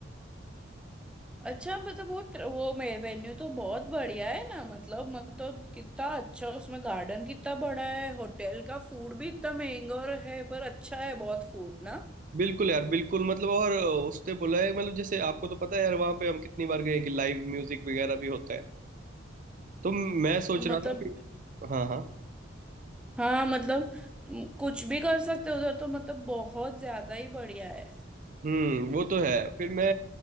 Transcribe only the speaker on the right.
बिल्कुल यार बिल्कुल मतलब और उसने बोला है मतलब जैसे आपको तो पता है यार वहाँ पे हम कितनी बार गए हैं कि लाइव म्यूजिक वगैरह भी होता है तो मैं सोच
रहा था कि हाँ हाँ
हम्म वो तो है फिर मैं